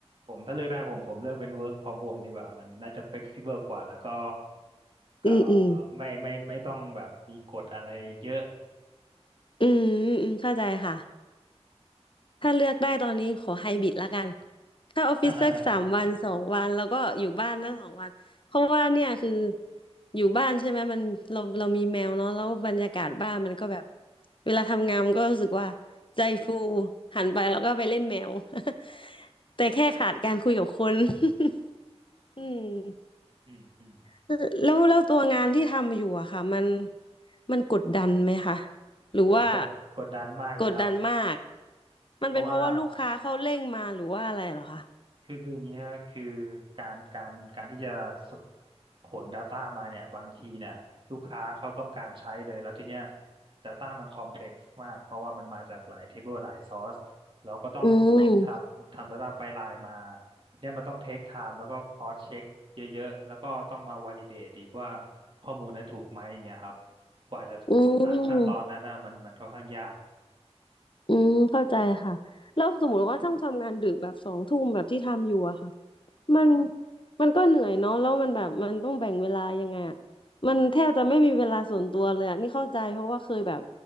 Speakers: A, on the right; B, on the left.
A: ผมถ้าเลือกได้ผมผมเลือกเป็น work from home ดีกว่ามันน่าจะ flexible กว่าแล้วก็ก็
B: อืมอืม
A: ไม่ไม่ไม่ต้องแบบมีกฎอะไรเยอะ
B: อืมอืมเข้าใจค่ะ ถ้าเลือกได้ตอนนี้ขอไฮบริดละกัน ถ้าออฟฟิศสักสามวันสองวันแล้วก็อยู่บ้านตั้งสองวัน
A: <laughs>
B: เพราะว่าเนี่ยคืออยู่บ้านใช่ไหมมันเราเรามีแมวเนาะแล้วบรรยากาศบ้านมันก็แบบเวลาทำงานมันก็รู้สึกว่าใจฟูหันไปแล้วก็ไปเล่นแมว <laughs> แต่แค่ขาดการคุยกับคน <laughs> อืม
A: อืมอืม
B: แล้วแล้วตัวงานที่ทำอยู่อะค่ะมันมันกดดันไหมคะหรือว่า
A: โหกดกดดันมากเลยครับ
B: กดดันมากมันเป็นเพราะว่าลูกค้าเขาเร่งมาหรือว่าอะไรเหรอคะ
A: เพราะว่าคือคืออย่างเงี้ยคือการการการที่จะสกขน Data มาเนี่ยบางทีเนี่ยลูกค้าเขาต้องการใช้เลยแล้วทีเนี้ย Data มันคอมเพล็กซ์มากเพราะว่ามันมาจากหลายเทเบิลหลายซอสเราก็ต้อง
B: อืม
A: ทำทำ Data ไปไลน์มาเนี่ยมันต้องเทคไทม์แล้วก็คอสเช็คเยอะๆแล้วก็ต้องมาวอลิเดตอีกว่าข้อมูลนั้นถูกไหมอย่างเงี้ยครับกว่าจะผ่านขั้นตอนนั้นนะมันมันค่อนข้างยาก
B: อืมอืมเข้าใจค่ะแล้วสมมติว่าต้องทำงานดึกแบบสองทุ่มแบบที่ทำอยู่อะค่ะ มันมันก็เหนื่อยเนาะแล้วมันแบบมันต้องแบ่งเวลายังไงอ่ะมันแทบจะไม่มีเวลาส่วนตัวเลยอ่ะนี่เข้าใจเพราะว่าเคยแบบ